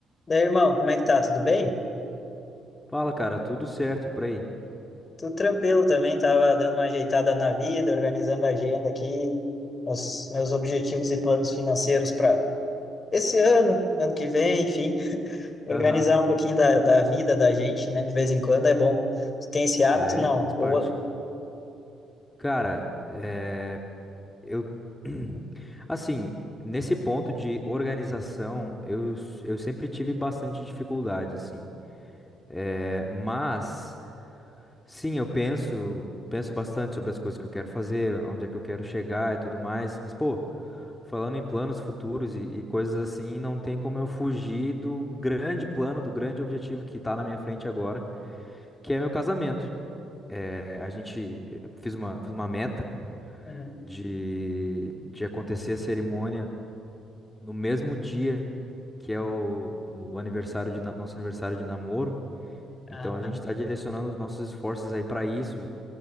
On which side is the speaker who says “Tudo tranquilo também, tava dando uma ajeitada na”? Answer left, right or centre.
Left